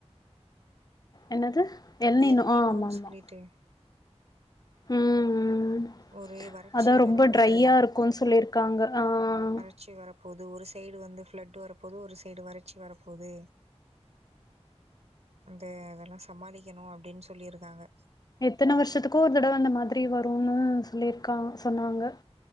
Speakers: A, on the left; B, on the right.
A: என்னது எல்னிநொ
B: எல்நினோன்னு
A: ஆ ஆமா ஆமா
B: சொல்லிட்டு
A: ம் ம்
B: ஒரு வறட்சி
A: அதா ரொம்ப
B: வரப்போது
A: ட்ரையா இருக்குன்னு சொல்லிருக்காங்க ஆ ஆ
B: ட்சி வரப்போது ஒரு சைடு வந்து ஃப்ளட்டு் வரப்போது ஒரு சைடு வறட்சி வரப்போது அந்த அதெல்லா சமாளிக்கணும் அப்டின்னு சொல்லியிருக்காங்க
A: எத்தன வருஷத்துக்கோ ஒரு தடவ அந்த மாதிரி வரும்ன்னு சொல்லிருக்கா சொன்னாங்க